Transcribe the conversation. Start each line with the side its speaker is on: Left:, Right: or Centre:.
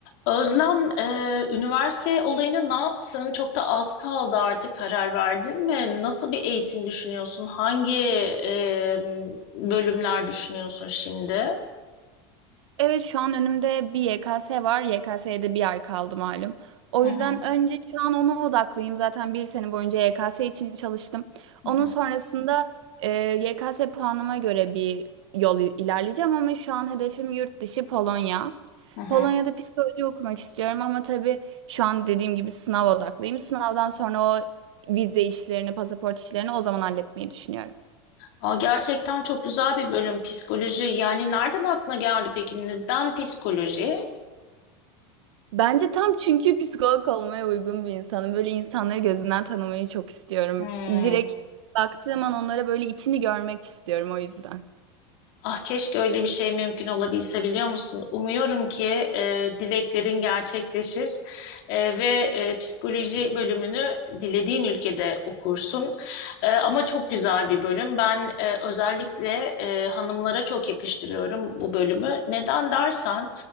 Left: Özlem, e, üniversite olayını ne yaptın? Çok da az kaldı artık karar verdin mi? Nasıl bir eğitim düşünüyorsun? Hangi e, bölümler düşünüyorsun şimdi?
Right: Evet şu an önümde bir YKS var. YKS'ye de bir ay kaldı malum. O
Left: Hı
Right: yüzden
Left: hı,
Right: önce şu an ona odaklıyım. Zaten bir sene boyunca YKS için çalıştım.
Left: hı
Right: Onun
Left: hı,
Right: sonrasında e, YKS puanıma göre bir yol i- ilerleyeceğim ama şu an hedefim yurt dışı Polonya.
Left: hı hı.
Right: Polonya'da psikoloji okumak istiyorum ama tabii şu an dediğim gibi sınav odaklıyım. Sınavdan sonra o vize işlerini, pasaport işlerini o zaman halletmeyi düşünüyorum.
Left: Aa, gerçekten çok güzel bir bölüm psikoloji. Yani nereden aklına geldi peki? Neden psikoloji?
Right: Bence tam çünkü psikolog olmaya uygun bir insanım. Böyle insanları gözünden tanımayı çok istiyorum.
Left: Hmm.
Right: Direkt baktığım an onlara böyle içini görmek istiyorum o yüzden.
Left: Ah keşke öyle bir şey mümkün olabilse biliyor musun? Umuyorum ki e, dileklerin gerçekleşir e, ve e, psikoloji bölümünü dilediğin ülkede okursun. E, ama çok güzel bir bölüm. Ben e, özellikle e, hanımlara çok yakıştırıyorum bu bölümü. Neden dersen